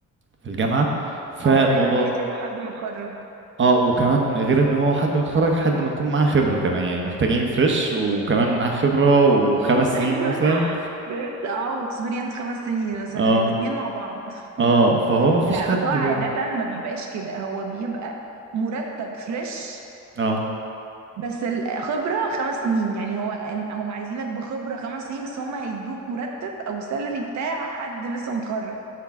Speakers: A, on the right; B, on the right.
A: في الجامعة فالموضوع
B: اه دايما بيحتاجوا حد متخرج
A: اه وكمان غير ان هو حد متخرج حد ما يكون معاه خبرة كمان يعني محتاجين فريش وكمان معاه خبرة وخمس
B: فريش
A: سنين
B: <laughs> ايوه
A: مثلا
B: فريش اه واكسبيرينس خمس سنين مثلا
A: اه
B: الاتنين مع بعض <laughs>
A: اه فهو ما فيش
B: لا
A: حد
B: بس هو
A: بي...
B: عاده ما بيبقاش كده هو بيبقى مرتب فريش
A: اه
B: بس الخبره خمس سنين يعني هو إن- هم عايزينك بخبره خمس سنين بس هم هيدوك مرتب او سالري بتاع حد لسه متخرج